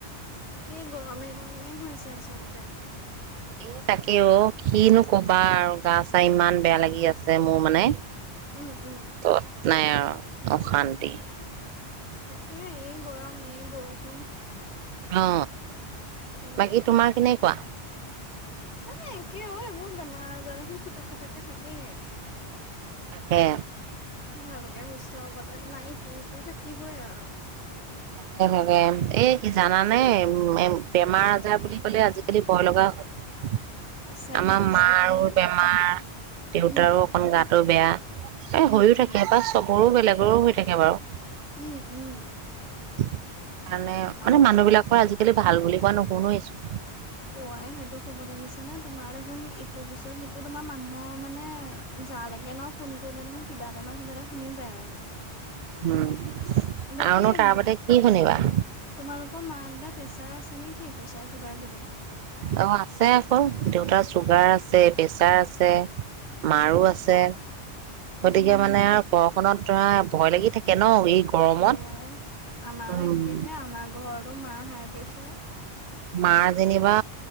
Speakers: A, on the left; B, on the right.
A: তকেই গৰমে গৰমে হৈছে আচলতে
B: এ তাকে অ কিনো কবা আৰু গা চা ইমান বেয়া লাগি আছে মোৰ মানে
A: উম উম
B: ত নাই আৰু অশান্তি
A: তাকে এই গৰম বৰষুণ
B: অ
A: কিনো
B: বাকী তোমাৰ কেনেুৱা?
A: নাইাই কিয়ও এইবোৰ বেমাৰ যাৰোন খুটুক খটাাককা থাকে
B: তাকে
A: ভালকে সুস্থ হ'ব মাৰতো সেইটো থাকিবই আৰু
B: তাকে তাকে এ কি জানানে বেমাৰ আজাৰ বুলি ক'লে আজিকালি বয় লগা হল
A: সঁচাকে
B: আমাৰ
A: দেই
B: মাৰো
A: আজিকালি
B: বেমাৰ দেউতাৰো
A: উম
B: অকন গাত ৰু বেয়া এ
A: উম
B: হৈও
A: উম
B: থাকে বা চবৰো বেলেগ গৰু হৈ থাকে বাৰু
A: উম উম
B: <unintelligible> স কাৰণে
A: অ
B: মানে মানুহবলাকৰ আজি খ ভাল বুলি কোৱা নশুনোৱেইছো
A: অ আই সেইটো কব লাগিছে নে তোমাৰ দেখোন ইটোৰ পিছত সিটো তোমাৰ মানুহৰ মানে যালৈকে ন ফোন কৰিলে দেখোন কিবা এটা ন কিবা এটা শুনিবাই আৰু
B: উম আৰুনো
A: বাকী উম,
B: তাৰ বাতে কি শুনিবা
A: তোমালোকৰ মা দেতা প্ৰেছাৰ আছে নে কি প্ৰেছাৰ চুগাৰ কিবা
B: অ আছে আকৌ দেউতাৰ চুগাৰ আছে প্ৰেচাৰ আছে
A: অ
B: মাৰো আছে
A: উম
B: গতিকে মানে আৰু ঘ খত ধৰা ভয় লাগি থাকে ন এই গৰমত
A: অ আই আমাৰো
B: উম
A: একেহে আমাৰ ঘৰত হ মা হাই প্ৰেছাৰ
B: মাৰ যেনিবা